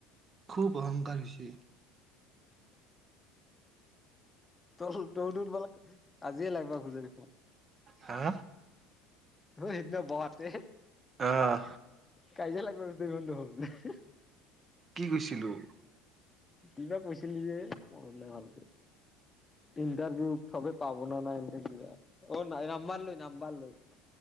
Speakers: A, on the right (about 30°); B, on the left (about 15°).
A: খুব অহংকাৰ হৈছে
B: তল দেউ দন মল। আজিয়ে লাগিবা খোজৰি দেখ,
A: হা
B: সেইদিনা বহাতে।
A: আহ।
B: কাইজিয়া লাগবা ধৰিছিল
A: কি কৈছিলো?
B: কিবা কৈছিল যে, ম নাই ভালকে। ইণ্টাৰভিউ চবে পাব ন নাই, এনে কিবা অ নাই নাম্বাৰ লৈ নাম্বাৰ লৈ।